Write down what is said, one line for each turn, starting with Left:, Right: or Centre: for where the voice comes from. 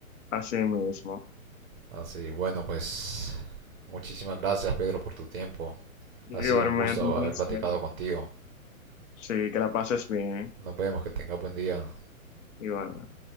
Left: así mismo.
Right: Así, bueno, pues muchísimas gracias, Pedro, por tu tiempo.
Left: Igualmente
Right: Ha sido un gusto
Left: un placer.
Right: haber platicado contigo.
Left: Sí, que la pases bien.
Right: Nos vemos, que tengas buen día.
Left: Igualmente.